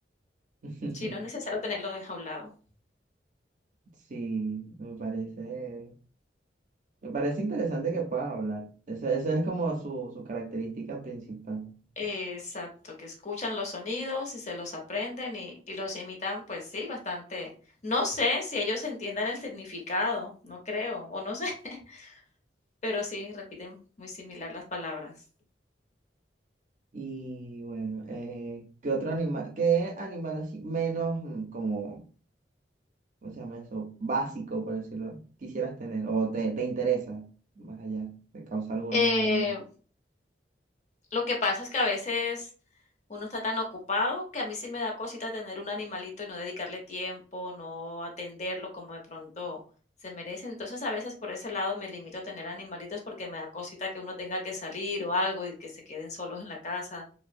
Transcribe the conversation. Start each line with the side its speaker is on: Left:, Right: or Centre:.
Right: <laughs>
Left: Sí, no es necesario tenerlo enjaulado.
Right: Sí, me parece, me parece interesante que puedas hablar. Esa, esa es como su, su característica principal.
Left: Exacto, que escuchan los sonidos y se los aprenden y, y los imitan, pues sí, bastante. No sé si ellos entiendan el significado, no creo, o no sé, <laughs> pero sí repiten muy similar las palabras.
Right: Y bueno, eh, ¿qué otro animal, qué animal así menos mm, como, ¿cómo se llama eso? Básico, por decirlo, quisieras tener o te, te interesa más allá, te causa alguna...
Left: Eh,
Right: algún-
Left: Lo que pasa es que a veces uno está tan ocupado que a mí sí me da cosita tener un animalito y no dedicarle tiempo, no atenderlo como de pronto se merece. Entonces a veces por ese lado me limito a tener animalitos porque me da cosita que uno tenga que salir o algo y que se queden solos en la casa